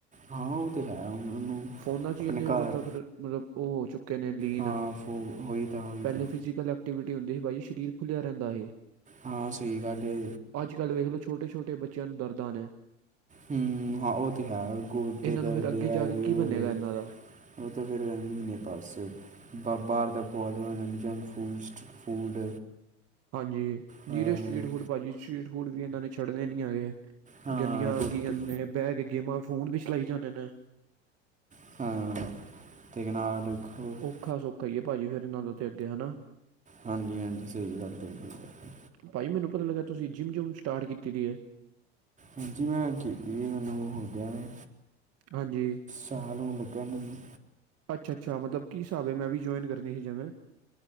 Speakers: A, on the right; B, on the right.
A: ਹਾਂ। ਉਹ ਤਾਂ ਹੈ। ਉਹਨਾਂ ਨੂੰ
B: ਫੋਨਾਂ 'ਚ
A: ਆਪਣੇ
B: ਹੀ ਇੰਨੇ
A: ਘਰ।
B: ਮਤਲਬ ਮਤਲਬ, ਉਹ ਹੋ ਚੁੱਕੇ ਨੇ ਲੀਨ।
A: ਹਾਂ ਫੋ ਹੋਈ ਤਾਂ ਹੋਈ
B: ਪਹਿਲੇ
A: ਤਾਂ
B: ਫਿਜ਼ੀਕਲ। ਐਕਟੀਵਿਟੀ ਹੁੰਦੀ ਸੀ, ਭਾਜੀ। ਸਰੀਰ ਖੋਲਿਆ ਰਹਿੰਦਾ ਹੈ।
A: ਹਾਂ। ਸਹੀ ਗੱਲ ਹੈ।
B: ਅੱਜ ਕੱਲ ਵੇਖ ਲੋ, ਛੋਟੇ- ਛੋਟੇ ਬੱਚਿਆਂ ਨੂੰ, ਦਰਦਾਂ ਹੈ।
A: ਹੂੰ, ਹਾਂ ਉਹ ਤਿਉਹਾਰ ਗੋਦੇ
B: ਇਹਨਾਂ
A: ਦਰਦੇ
B: ਨੂੰ ਫਿਰ ਅੱਗੇ ਜਾ
A: ਐ।
B: ਕੇ ਕੀ ਬਣੇਗਾ ਇਹਨਾਂ ਦਾ
A: ਉਹ ਤਾਂ ਫਿਰ ਮਹੀਨੇ ਪਾਸੇ ਬਾਹਰ ਦਾ ਜੰਕ ਫਾਸਟ-ਫੂਸਟ, ਫੂਡ,
B: ਹਾਂਜੀ
A: ਹਾਂ
B: ਨੀਰੇ ਸਟਰੀਟ ਫੂਡ ਭਾਜੀ ਸਟਰੀਟ ਫੂਡ ਵੀ ਇਹਨਾਂ ਨੇ ਛੱਡਣੇ ਨੀ ਹੈਗੇ।
A: ਹਾਂ
B: ਗੰਦੀਆਂ ਆ
A: ਰੋਟੀ
B: ਗਈ, ਜਾਂ ਨੇ ਬਹਿ ਕੇ ਗੇਮਾਂ ਫੋਨ ਵੀ ਚਲਾਈ ਜਾਂਦੇ ਨੇ।
A: <unintelligible>
B: ਅੱਖਾ ਸੁੱਖ ਹੈਏ ਭਾਜੀ ਫੇਰ ਇਹਨਾਂ ਦੇ ਤੇ ਅੱਗੇ ਹਨਾ।
A: ਹਾਂਜੀ-ਹਾਂਜੀ, ਸਹੀ ਗੱਲ ਜੇ ਕੋਈ ਗੱਲ
B: ਭਾਈ ਮੈਨੂੰ ਪਤਾ ਲੱਗਾ, ਤੁਸੀਂ ਜਿੰਮ ਜਿੰਮ ਸਟਾਰਟ ਕੀਤੀ ਦੀ ਹੈ।
A: ਹਾਂਜੀ ਮੈਂ ਕੀਤੀ ਮੈਨੂੰ ਹੋ ਗਿਆਵੇ।
B: ਹਾਂਜੀ,
A: ਸਾਲ ਹੋਣ ਲੱਗਣ ਨੂੰ,
B: ਅੱਛਾ-ਅੱਛਾ ਮਤਲਬ ਕੀ ਹਿਸਾਬ ਹੈ, ਮੈਂ ਵੀ ਜੁਆਇਨ ਕਰਨੀ ਸੀ ਜਿਵੇਂ